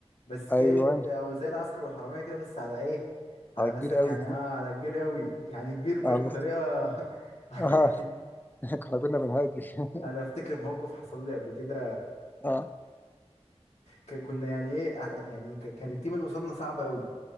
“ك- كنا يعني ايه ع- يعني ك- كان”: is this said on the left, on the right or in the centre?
Left